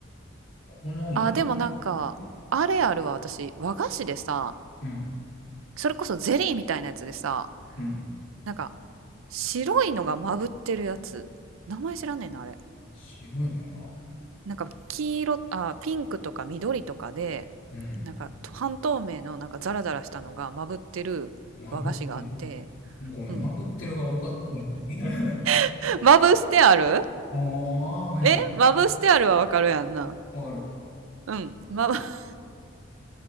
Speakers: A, on the left; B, on the right.
A: 好んで食べる。
B: あ、でもなんか、
A: うん。
B: あれあるわ、私。和菓子でさ、
A: うん。
B: それこそゼリーみたいなやつでさ、
A: うん
B: なんか、白いのがまぶってるやつ。名前知らねえな、あれ。
A: 白いのが、
B: なんか、黄色、あ、ピンクとか緑とかで、
A: うん。
B: なんか、半透明のなんかザラザラしたのがまぶってる和菓子があって、
A: まぶってる。ごめん、
B: うん。
A: まぶってるが多かったんだね。
B: <laughs> まぶしてある
A: <laughs> ああ、はいはい。
B: えまぶしてあるはわかるやんな。
A: わかる。
B: うん。ま、<laughs>